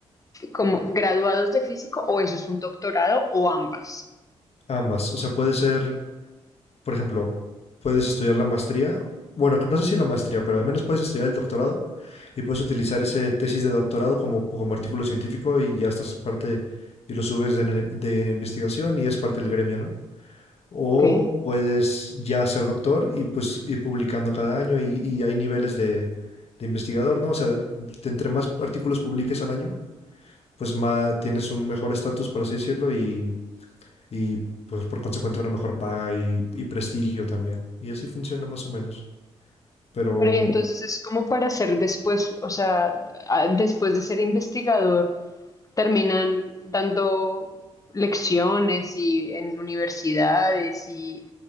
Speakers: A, on the left (about 25°); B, on the left (about 55°).
A: como graduados de físico o eso es un doctorado o ambas?
B: ambas, o sea, puede ser... por ejemplo, puedes estudiar la maestría, bueno, no sé si la maestría, pero al menos puedes estudiar el doctorado y puedes utilizar ese tesis de doctorado como, como artículo científico y ya estás parte y lo subes en el- de investigación y es parte del gremio, ¿no? O
A: Ok.
B: puedes ya ser doctor y pues ir publicando cada año y, y hay niveles de, de investigador, ¿no? O sea, entre más artículos publiques al año, pues más tienes un mejor estatus, por así decirlo, y y pues por consecuente una mejor paga y, y prestigio también. Y así funciona más o menos. Pero
A: Pero y entonces es como para ser después, o sea, a- después de ser investigador, terminan dando lecciones y en universidades y,